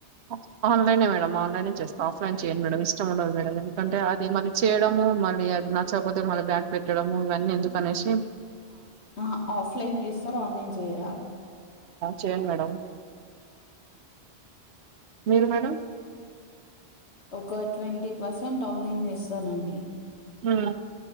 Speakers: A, on the right; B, on the left.
A: అ ఆన్లైనె మేడం ఆ న్లైనె చేస్తా, ఆఫ్లైన్ చేయను మేడం, ఇష్టం ఉండదు మేడం. ఎందుకంటే అది మళ్ చేయడము, మళ్ళీ అది నచ్చకపోతే మళ్ళా బ్యాక్ పెట్టడము ఇవన్నీ ఎందుకు అనేసి
B: ఆహ ఆఫ్లైన్ చేస్సరా, ఆన్లైన్ చేయరా
A: చేయన్ మేడం. మీరు మేడం.
B: ఒక ట్వంటీ పర్సెంట్ ఆన్లైన్ చేస్సానండి.
A: హు